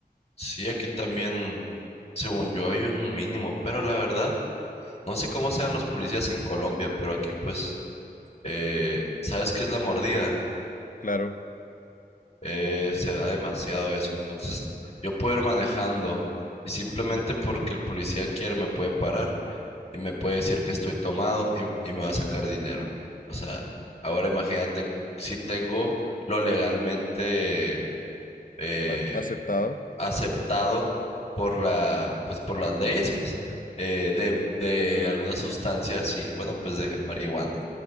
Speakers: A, on the left; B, on the left.
A: Sí, aquí también, según yo, hay un mínimo, pero la verdad, no sé cómo sean los policías en Colombia, pero aquí pues, eh, ¿sabes qué es la mordida?
B: Claro.
A: Eh, se da demasiado eso, entonces yo puedo ir manejando y simplemente porque el policía quiere me puede parar y me puede decir que estoy tomado y, y me va a sacar dinero. O sea, ahora imagínate si tengo lo legalmente... eh,
B: A- Aceptado,
A: aceptado por la, pues, por las leyes, pues, eh, de, de algunas sustancias y, bueno, pues de marihuana.